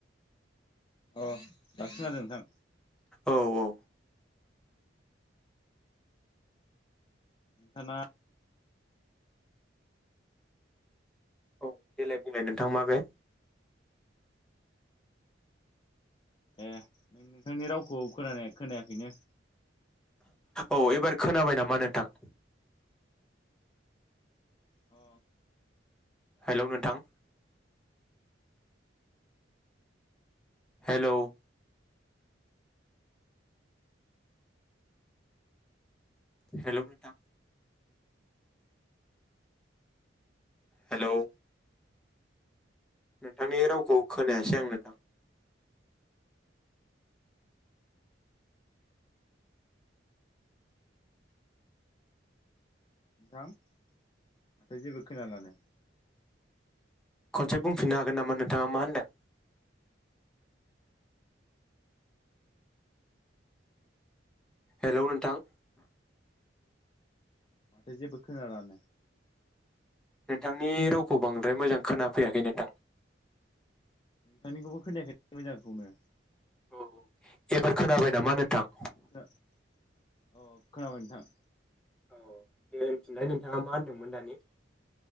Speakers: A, on the left; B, in the centre.
A: अ- दासो जादों नोंथां।
B: औ औ
A: साना
B: औ देलाय बुंलाय नोंथां माबे?
A: ए नों-नोंथांनि रावखौ खोनानाय-खोनायाखैनो।
B: औ एबार खोनाबाय नामा नोंथां?
A: अ
B: हेलौ नोंथां। हेलौ हेल' नोंथां हेलौ नोंथांनि रावखौ खोनायासै आं नोंथां।
A: नोंथां। माथो जेबो खोनालानो।
B: खनसे बुंफिननो हागोन नामा नोंथाङा मा होनदों? हेलौ नोंथां।
A: माथो जेबो खोनालानो।
B: नोंथांनि रावखौ बांद्राय मोजां खोनाफैयाखै नोंथां।
A: नोंथांनिखौबो खोनायाखै मोजांखौनो।
B: अ एबार खोनाबाय नामा नोंथां?
A: गा <inaudible> अ खोनाबाय नोंथां।
B: औ देलाय नोंथाङा मा होनदोंमोन दानि?